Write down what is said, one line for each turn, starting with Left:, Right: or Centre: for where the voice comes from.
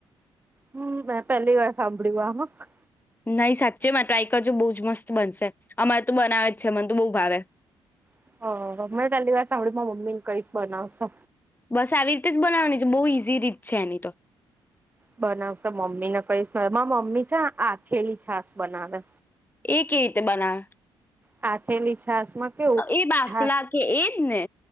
Right: હમ મે પહેલી વાર સાંભળ્યું આ હ.
Left: નઈ સાચે માં ટ્રાય કરજો બઉુ. મત બ અરે ત બનાવે છે મને બ ભાવે.
Right: આ હ મેં પહેલી વાર સાંભળ્યું મા મમ્મી ને કઈશ બનાવશે.
Left: બસ આવી રીતે જ બનાવવાની છે બહુ ઈઝી રીત. છે ન તો.
Right: બનાવશે મમ્મી ને કઈશ મમ્મી છેા આથેલી છાસ બનાવે.
Left: એ કેવી રીતે બનાવ.
Right: હા થેલી છાસ માં કેવું
Left: એ બાફલા
Right: છા.
Left: કે એજ ને